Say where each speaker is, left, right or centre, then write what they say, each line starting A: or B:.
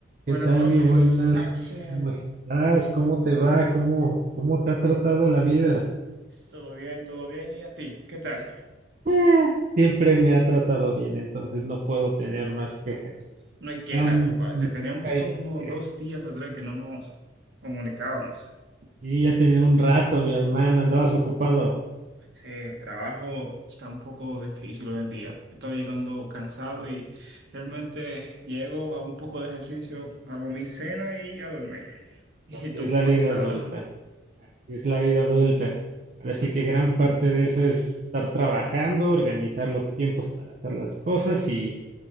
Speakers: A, on the right; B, on the right.
A: ¿Qué
B: Buenas
A: tal,
B: noches,
A: mi buena?
B: Axel.
A: ¿Cómo estás? ¿Cómo te va? ¿Cómo, cómo te ha tratado la vida?
B: ¿Todo bien? ¿Todo bien? ¿Y a ti? ¿Qué tal?
A: Ah, siempre me ha tratado bien, entonces no puedo tener más quejas.
B: No hay queja
A: Am,
B: de tu parte.
A: nunca
B: Teníamos
A: hay
B: como
A: quejas.
B: dos días o tres que no nos comunicábamos.
A: Sí, ya tenía un rato, mi hermana, andabas ocupado.
B: Sí, el trabajo está un poco difícil hoy en día. Estoy llegando cansado y realmente llego, hago un poco de ejercicio, hago mi cena y a dormir. <laughs> ¿Y
A: Pero así
B: tú
A: es
B: cómo
A: la vida
B: has estado?
A: adulta, así es la vida adulta. Ahora
B: <laughs>
A: sí que gran parte de eso es estar trabajando, organizar los tiempos para hacer las cosas y,